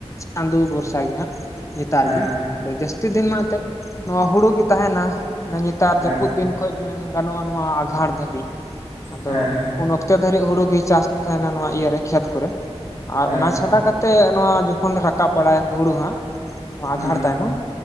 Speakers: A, on the left; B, on the right.
A: ᱪᱟᱸᱫᱩ ᱵᱷᱚᱨᱥᱟ ᱜᱮ ᱦᱟᱸᱜ ᱱᱮᱛᱟᱨ
B: ᱦᱮᱸ
A: ᱜᱮ᱾ ᱟᱫᱚ ᱡᱟᱹᱥᱛᱤ ᱫᱤᱱ ᱢᱟ ᱮᱱᱛᱮᱜ ᱱᱚᱣᱟ ᱦᱩᱲᱩ ᱜᱮ ᱛᱟᱦᱮᱱᱟ ᱚᱱᱮ ᱧᱮᱛᱟᱨ
B: ᱦᱮᱸ
A: ᱡᱟᱹᱯᱩᱫ ᱫᱤᱱ ᱠᱷᱚᱡ ᱢᱮᱱ ᱜᱟᱱᱚᱜ-ᱟ ᱱᱚᱣᱟ ᱟᱜᱷᱟᱲ ᱫᱷᱟᱹᱵᱤᱡ᱾ ᱟᱫᱚ
B: ᱦᱮᱸ
A: ᱩᱱ ᱚᱠᱛᱮ ᱫᱷᱟᱹᱨᱤᱡ ᱦᱩᱲᱩ ᱜᱮ ᱪᱟᱥ ᱛᱟᱦᱮᱱᱟ ᱱᱚᱣᱟ ᱤᱭᱟᱹᱨᱮ ᱠᱷᱮᱛ ᱠᱚᱨᱮ᱾ ᱟᱨ
B: ᱦᱮᱸ
A: ᱚᱱᱟ ᱪᱷᱟᱰᱟ ᱠᱟᱛᱮᱜ, ᱱᱚᱣᱟ ᱡᱚᱠᱷᱚᱱ ᱞᱮ ᱨᱟᱠᱟᱵ ᱵᱟᱲᱟᱭᱟ ᱦᱩᱲᱩ ᱦᱟᱸᱜ᱾ ᱱᱚᱣᱟ
B: ᱦᱩᱸ
A: ᱟᱜᱷᱟᱲ ᱛᱟᱭᱱᱚ᱾